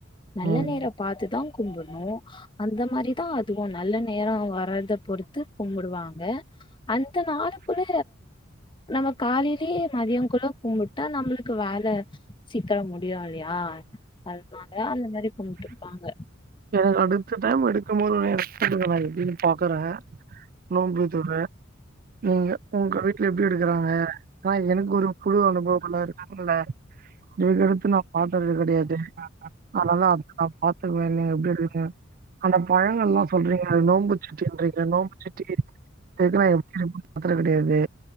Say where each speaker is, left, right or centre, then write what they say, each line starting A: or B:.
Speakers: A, on the left (about 25°); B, on the right (about 45°).
A: நல்ல
B: ம்
A: நேர பாத்துதா கும்புட்ணு அந்த மாரிதா அதுவு நல்ல நேர வர் வரத பொறுத்து கும்புடுவாங்க அந்த நாளுகுட நம்ம காலையிலயே மதியங்குள்ள கும்புட்டா நம்முளுக்கு வேல சீக்கர முடியுல்லியா அதுனால அந்த மரி கும்புட்டுப்பாங்க
B: எனக் அடுத்த டைம் எடுக்கும்போது ஒனைய எடுத்துட்ட மாரி ன்னு பாக்குறே நோன்பு தொற நீங்க ஒங்க வீட்ல எப்டிருக்றாங்க நா எனக் ஒரு புது அனுபவமலா இருக்குல்ல இதுகடுத்து நா பாத்தது கெடையாதே அனதா நா பாத்துக்குவேனே எப்டி இருக்கிங்க அந்த பழங்கல்லா சொல்றீங்க அது நோம்புச்சட்டின்றீங்க நோம்புச்சட்டி அந்த இதுல்லா எப்டி இருக்கூன் பாத்தது கடையாது